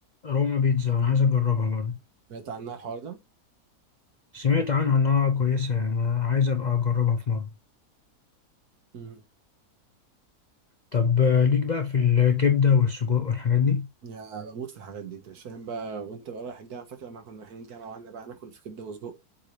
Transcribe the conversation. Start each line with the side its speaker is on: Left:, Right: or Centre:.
Left: روما بيتزا أنا عايز أجربها برضه
Right: سمعت عنها الحوار ده
Left: سمعت عنها إنها كويسة يعني أنا عايز أبقى أجربها في مرة
Right: مم.
Left: طب آه، ليك بقى في الكبدة والسجق والحاجات دي
Right: يا بموت في الحاجات دي انت مش فاهم بقى وانت بقى رايح الجامعه فاكر لما كنا رايحين الجامعه وقعدنا بقى ناكل في كبده وسجق